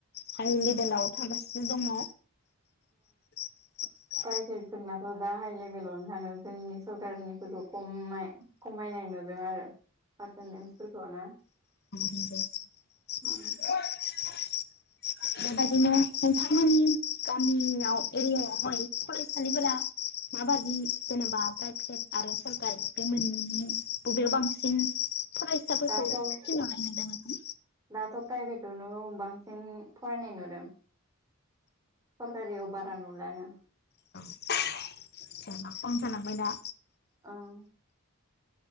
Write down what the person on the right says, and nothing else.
प्राइभेटफोरनाथ' दा हाइ लेभेलावनो थाङो जोंनि सरकारनिफोरखौ खम खमायनायनो आरो पारसेनटेनसफोरखौ ना
उम
दाथ' ओम
दाथ 'फ्रायभेट आवनो बांसिन फरायनाय नुदों सरकारियाव बारा नुलानो।
ओं